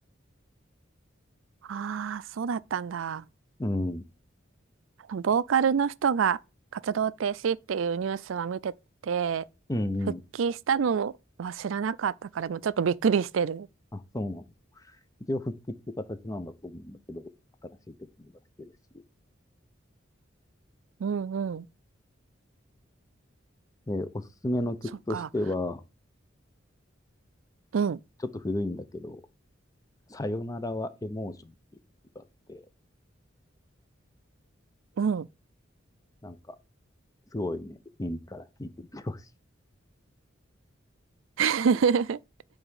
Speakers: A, on the right (about 80°); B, on the left (about 20°).
A: ああ、そうだったんだ。
B: た。うん。
A: あの、ボーカルの人が活動停止っていうニュースは見てて、
B: うんうん。
A: 復帰したのは知らなかったから、もうちょっとびっくりしてる。
B: あ、そうなんだ一応復帰っていう形なんだと思うんだけど、新しい曲も出してるし。
A: うんうん。
B: で、おすすめの曲としては、
A: そっか。うん。
B: ちょっと古いんだけど、さよならはエモーションっていう曲があって、
A: うん。
B: なんか、すごいね、耳から聴いてみてほしい。
A: <laughs>